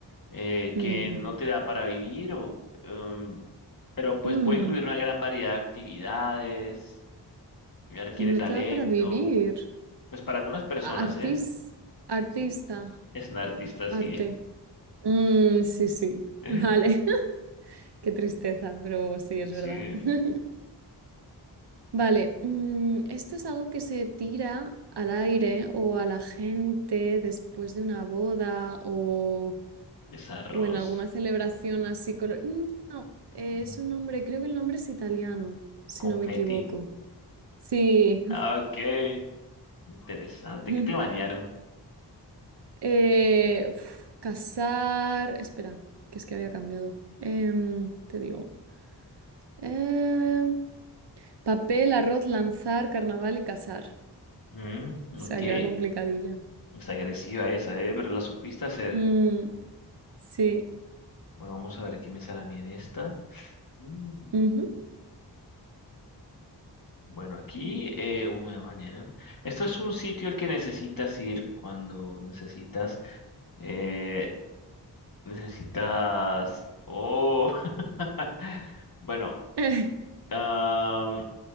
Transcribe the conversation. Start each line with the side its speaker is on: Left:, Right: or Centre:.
Left: eh,
Right: Mm.
Left: que no te da para vivir, o, em, pero pues
Right: Mm.
Left: puede incluir una gran variedad de actividades, ya requiere
Right: No
Left: talento,
Right: te da para vivir.
Left: pues para algunas personas,
Right: Artis,
Left: ¿eh?
Right: artista,
Left: Sí, es un artista,
Right: arte.
Left: sí.
Right: Mm, sí, sí, <laughs>
Left: <laughs>
Right: vale. <laughs> Qué tristeza, pero sí, es
Left: Sí,
Right: verdad. <laughs> Vale, mm, esto es algo que se tira al aire o a la gente después de una boda o,
Left: es arroz,
Right: o en alguna celebración así. colo- Mm, no, eh,
Left: mm,
Right: es un nombre, creo que el nombre es italiano, si
Left: confeti.
Right: no me equivoco. Sí.
Left: Ah, Ok, interesante,
Right: <laughs>
Left: ¿qué te bañaron?
Right: Eh, uf, cazar. Espera, que es que había cambiado. Em, te digo. em, papel, arroz, lanzar, carnaval y cazar.
Left: Mm,
Right: O
Left: ok,
Right: sea, que era complicadilla.
Left: es agresiva esa, ¿eh? Pero la supiste hacer.
Right: Mm, sí.
Left: Bueno, vamos a ver qué me sale a mí en esta. Mm.
Right: ujú.
Left: Bueno, aquí eh, uh, me banearon. Esto es un sitio al que necesitas ir cuando necesitas, eh, necesitas, oh, <laughs> bueno,
Right: <laughs>
Left: am,